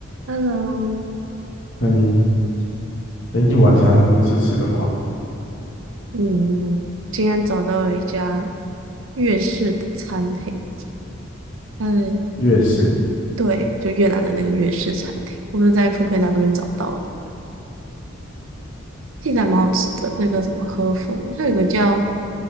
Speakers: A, on the right (about 75°); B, on the left (about 65°).
A: Hello，
B: 那你，哎，你晚餐是吃什么啊？
A: 我今天找到了一家粤式的餐厅，嗯，
B: 粤式
A: 对，就越南的那个粤式餐厅，我是在富 o 达上面找到的，现在蛮好吃的。那个什么河粉，它有一个叫